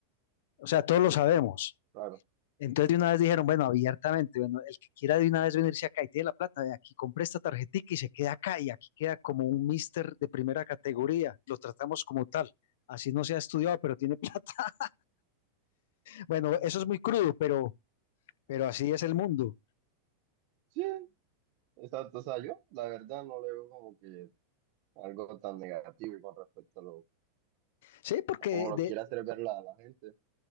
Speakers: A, on the left; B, on the right.
A: O sea, todos lo sabemos.
B: claro.
A: Entonces de una vez dijeron, bueno, abiertamente, bueno, el que quiera de una vez venirse acá y tiene la plata, de aquí compre esta tarjetica y se queda acá y aquí queda como un mister de primera categoría, lo tratamos como tal, así no se ha estudiado, pero tiene <laughs> plata. Bueno, eso es muy crudo, pero, pero así es el mundo.
B: Sí, exacto. O sea, yo la verdad no le veo como que algo tan negativo con respecto a lo
A: Sí, porque
B: como lo
A: de,
B: quiera hacer ver la, la gente.